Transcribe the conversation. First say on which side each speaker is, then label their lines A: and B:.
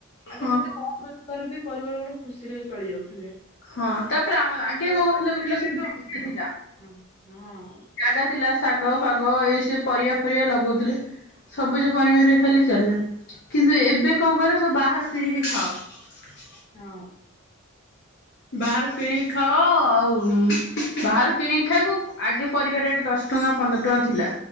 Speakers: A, on the left; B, on the left.
A: ଆଗେ
B: ହଁ
A: ଯେତେ କମ ରୋଜଗାର ବି ପରିବାର ଗୋଟେ ଖୁସି ରେ ଚଳି ଯାଉ ଥିଲେ।
B: ହଁ ତାପରେ ଆଗେ
A: <unintelligible>
B: କଣ କରୁଥିଲେ କହିଲ ସବୁ ଜାଗା ଥିଲା।
A: ହଁ ହଁ।
B: ଜାଗା ଥିଲା ଶାଗ ଫାଗ ଏ ସେ ପରିବା ଫରିବା ଲଗାଉଥିଲେ ସବୁଜ ପନିପରିବା ଖାଲି ଚାଲିଲା। କିନ୍ତୁ ଏବେ କଁ କହିଲ? ସବୁ ବାହାରୁ କିଣିକି ଖାଅ।
A: ହଁ।
B: ବାହହାରୁ କିଣିକି ଖାଅ ଆଉ ଉଁ ବାହାରୁ କିଣିକି ଖାଇବୁ ଆଗେ ପରିବା ରେଟ୍ ଦଶ ଟଙ୍କା ପନ୍ଦର ଟଙ୍କା ଥିଲା।